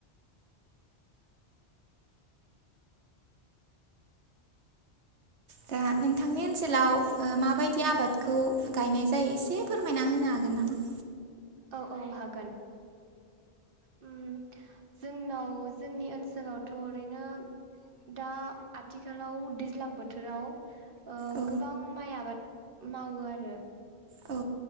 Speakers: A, on the right (about 85°); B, on the right (about 55°).
A: दा नोंथांनि ओनसोलाव ओ माबायदि आबादखौ गायनाय जायो एसे फोरमायना होनो हागोन नामा?
B: औ औ हागोन। उम जोंनाव जोंनि ओनसोलावथ' ओरैनो दा आथिखालाव दैज्लां बोथोराव ओ
A: औ
B: गोबां माइ आबाद मावो आरो
A: औ